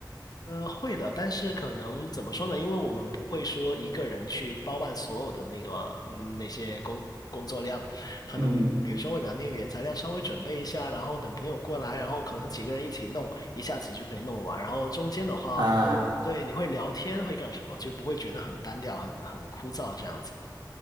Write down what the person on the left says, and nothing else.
呃，会的，但是可能怎么说呢？因为我们不会说一个人去包办所有的那个嗯那些工工作量，可能比如说会把那个原材料稍微准备一下，
然后等朋友过来，然后可能几个人一起弄，一下子就可以弄完。然后中间的话，
对，你会聊天，会干什么，就不会觉得很单调、很很枯燥这样子。